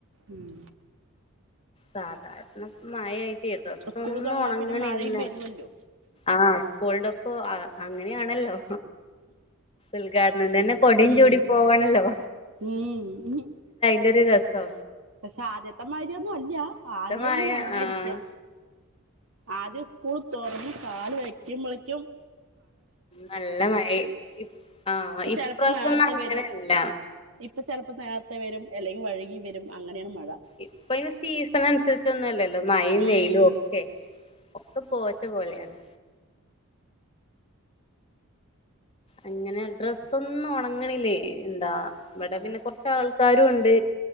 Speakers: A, on the right; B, on the left.
A: ഉം
B: സാധാരണ ഇപ്പമഴയായി ട്ടെ ഡ്രെസ്സൊന്നും
A: സ്കൂള് തുറന്നാ
B: ഉണങ്ങണില്ല
A: പിന്നെ മഴയും വരുവല്ലോ
B: ആ സ്കൂൾടെപ്പൊ അങ്ങനെയാണല്ലോ ഉൽഘാടനം തന്നെ കൊടയും
A: ഉം
B: ചൂടി പോവാണല്ലോ
A: ഉം ഹ്മ്
B: ഒത്തിരി രസാ
A: പക്ഷെ ആദ്യത്തെ മാരിയൊന്നു അല്ല ആദ്യാണ്
B: മഴ
A: നന്നായിരിക്ക
B: ആഹ്
A: ആദ്യം സ്കൂള് തൊറന്ന് കാല് വെക്കുമ്പളിക്കും
B: നല്ല മഴയായിരിക്കും ആഹ്
A: ഇപ്പൊ
B: ഇപ്രാസൊന്നും
A: ചെലപ്പോ നേരത്തെ
B: അങ്ങനെയല്ല
A: വരും ഇപ്പൊ ചെലപ്പോ നേർത്തെ വരും അല്ലെങ്കിൽ വഴുകി വരും അങ്ങനെയാണ് മഴ
B: ഇപ്പൊ അയിന് സീസണനുസരിച്ചൊന്നു അല്ലല്ലോ മാഴയും
A: ഉം
B: വെയിലുഒക്കെ ഒക്കെ പോച്ച പോലെയാണ് അങ്ങനെ ഡ്രസ്സൊന്നും ഒണങ്ങണില്ലേ എന്താ ഇവിടെ പിന്നെ കൊറച്ചാൾക്കാരുണ്ട്